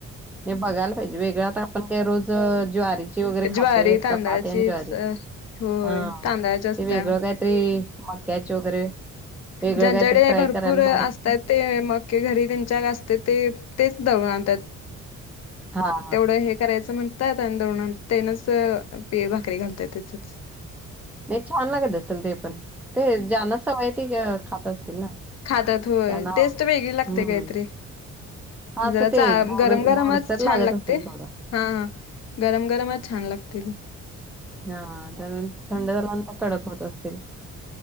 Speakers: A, in the centre; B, on the left (about 55°).
A: नाही बघायला पाहिजे, वेगळा पण आपण काय रोज अ ज्वारीची ची वगैरे
B: ज्वारी
A: खातोय,
B: तांदळाचीच
A: चपाती आणि ज्वारी,
B: अ, होय
A: हा
B: तांदळाच्या असत्या
A: ते वेगळ काय ते मक्याचे वगैरे वेगळं
B: ज्यांच्याकडे
A: काहीतरी ट्राय
B: भरपूर
A: करायला
B: असतात
A: बरं आहे
B: ते मके घरी त्यांच्यात असत्यात ते, तेच दळून आणत्यात
A: हा हा
B: तेवढं हे करायचं म्हणतात आणि दळून आण तेनच अ ते भाकरी घालत्यात त्याच्याच.
A: नाही छान लागत असेल ते पण, ते ज्यांना सवय ती अ खात असतील ना.
B: खात्यात होय,
A: त्यांना
B: टेस्ट
A: आवड
B: वेगळी लागत्या
A: हम्म
B: काहीतरी.
A: हा अस
B: जरा
A: ते
B: चा
A: गोड,
B: गरम गरमच
A: गोडसर
B: छान
A: लागत
B: लागते
A: असल थोड.
B: हा, गरम गरमच छान लागतय ते.
A: हा, तर थंड झाल म्हणून त्या कडक होत असतील.